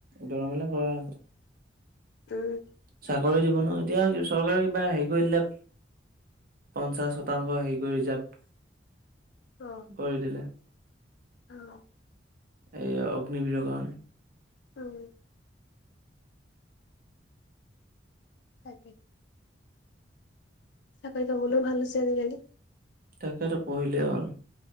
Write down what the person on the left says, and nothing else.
উম।
অ।
অঁহ
উম তাকে চাকৰি পাবলৈও ভাল হৈছে আজিকালি।